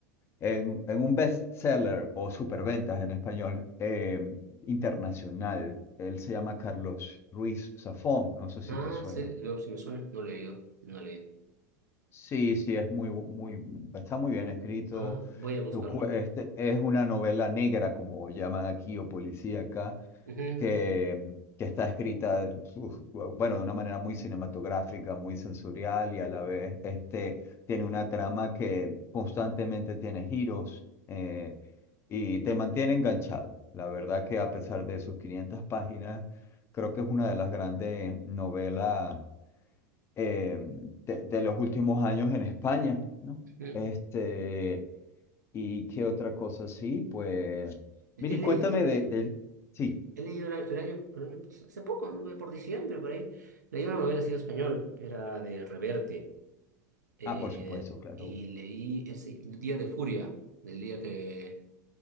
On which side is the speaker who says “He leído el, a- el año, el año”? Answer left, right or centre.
Right